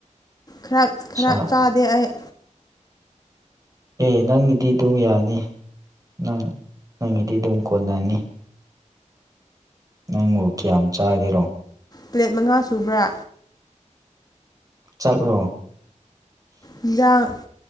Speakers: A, on the left; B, on the right.
A: ꯈꯔ ꯈꯔ
B: ꯁꯥ.
A: ꯆꯥꯗꯦ ꯑꯩ
B: ꯑꯦ ꯅꯪꯒꯤꯗꯤ ꯑꯗꯨꯝ ꯌꯥꯅꯤ ꯅꯪ ꯅꯪꯒꯤꯗꯤ ꯑꯗꯨꯝ ꯀꯣꯟꯅꯅꯤ ꯅꯪꯕꯨ ꯀꯌꯥꯝ ꯆꯥꯒꯦꯔꯣ
A: ꯄ꯭ꯂꯦꯠ ꯃꯉꯥ ꯁꯨꯕ꯭ꯔꯥ
B: ꯆꯥꯛ꯭ꯔꯣ
A: ꯌꯦꯟꯖꯥꯡ